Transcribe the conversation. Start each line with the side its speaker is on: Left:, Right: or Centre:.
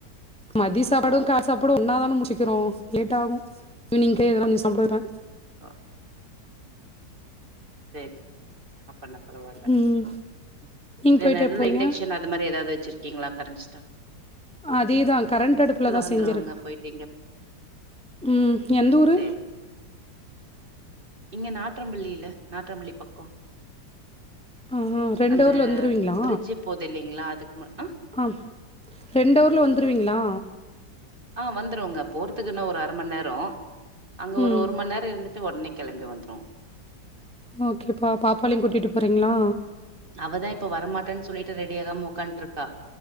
Centre: மதிய சாப்பாடு
Right: ஓ
Centre: கா சாப்பாடு ஒன்னாதானே முடிச்சுகிறோ லேட்ட ஆகும் ஈவினிங்கே எதனா பர்ணி சாப்டுவே
Right: ஆஹ் சேரி செரி ஆ பண்ண பரவால்ல
Centre: ம் நீங்க
Right: ல
Centre: போயிட்டு
Right: நடுல
Centre: எப்போ வருவீங்க
Right: இன்டெக்ஷன் அது மாதிரி ஏதாவது வெச்சிருக் கீங்களா கரண்சிகா
Centre: அதேதா கரண்ட் அடுப்புலதா
Right: வந்துருவங்க
Centre: செஞ்சிருக்க
Right: போயிட்டு இங்க
Centre: உம் எந்த ஊரு
Right: சேரி இங்க நாற்றம்பள்ளில நாற்றம்பள்ளி பக்கோ
Centre: ஆ ரெண்டு
Right: அந்த
Centre: ஹவர்ல வந்துருவீங்களா
Right: பிரிட்ஜு போது இல்லிங்ளா அதுக்கு மு அஹ்
Centre: ஆ ரெண்டு அவுர்ல வந்துருவீங்களா
Right: ஆஹ் வந்துருவங்க போறதுக்குன்னா ஒரு அரை மண் நேரோ அங்க ஒரு
Centre: ம்
Right: ஒரு மண் நேரோ இருந்துட் டு உடனே கெளம்பி வந்துரு
Centre: ஓகேப்பா பாப்பாளியு கூட்டிட்டு போறீங்களா
Right: அவதா இப்ப வரமாட்டன் சொல்லிட்டு ரெடிய ஆகாம உக்கான்ட்டுருக்கா